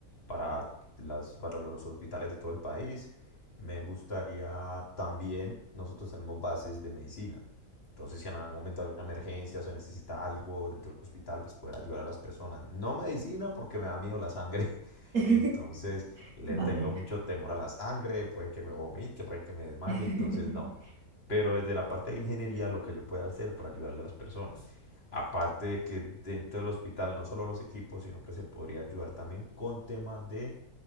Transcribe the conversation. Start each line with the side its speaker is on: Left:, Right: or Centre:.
Left: para las, para los hospitales de todo el país. Me gustaría también, nosotros tenemos bases de medicina. Entonces, si en algún momento hay una emergencia o se necesita algo dentro del hospital, pues poder ayudar a las personas. No medicina porque me da miedo la sangre. <laughs>
Right: <laughs>
Left: Entonces, le
Right: Vale.
Left: tengo mucho temor a la sangre, puede que me vomite, puede que me desmaye,
Right: <laughs>
Left: entonces no. Pero desde la parte de la ingeniería, lo que yo pueda hacer para ayudarle a las personas. Aparte de que dentro del hospital no solo los equipos, sino que se podría ayudar también con temas de